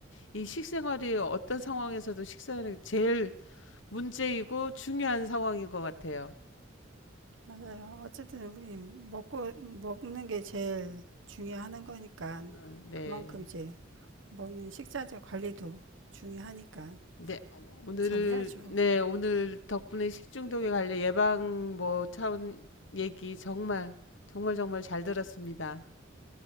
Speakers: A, on the left (about 70°); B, on the right (about 75°).
A: 이 식생활이 어떤 상황에서도 식생활이 제일 문제이고 중요한 상황인 것 같아요.
B: 맞아요. 어쨌든 우리 먹고 먹는 게 제일 중요한 거니까
A: 어, 네.
B: 그만큼 이제 먹는 식자재 관리도 중요하니까
A: 네, 오늘,
B: 잘 해야죠.
A: 네, 오늘 덕분에 식중독에 관련 예방 뭐 차원 얘기 정말, 정말 정말 잘 들었습니다.